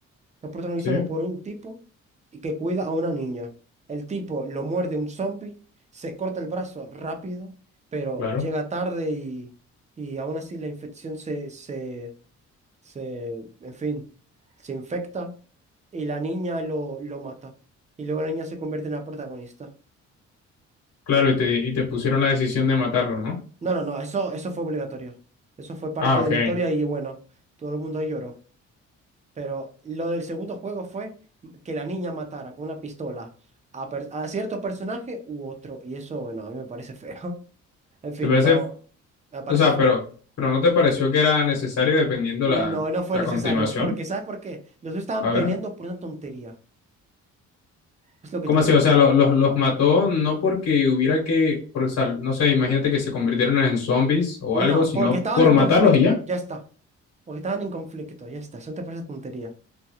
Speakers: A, on the right (about 25°); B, on the left (about 60°).
A: está protagonizado
B: Sí.
A: por un tipo y que cuida a una niña. El tipo lo muerde un zombie, se corta el brazo rápido, pero
B: Claro,
A: llega tarde y, y aún así la infección se, se, se, en fin, se infecta y la niña lo, lo mata. Y luego la niña se convierte en la protagonista.
B: claro, y te, y te pusieron la decisión de matarlo, ¿no?
A: No, no, no, eso, eso fue obligatorio. Eso fue parte
B: Ah, ok.
A: de
B: ¿Te
A: la historia y bueno, todo el mundo ahí lloró. Pero lo del segundo juego fue que la niña matara con una pistola a, per- a cierto personaje u otro. Y eso, bueno, a mí me parece feo. <laughs> En fin,
B: parece,
A: no, me parece
B: o sea,
A: feo.
B: pero, pero no te pareció que era necesario dependiendo
A: No,
B: la,
A: no fue
B: la
A: necesario.
B: continuación?
A: Porque, ¿sabes por qué? Los dos estaban
B: A ver,
A: peleando por una tontería. Es lo que
B: ¿cómo
A: te... puedo-
B: así? O sea, lo- los, los mató no porque hubiera que, por sal- no sé, imagínate que se convirtieran en zombies o algo,
A: No,
B: sino
A: porque estaban
B: por
A: en
B: matarlos
A: conflicto,
B: y ya.
A: ya está. Porque estaban en conflicto, ya está. Eso no te parece tontería.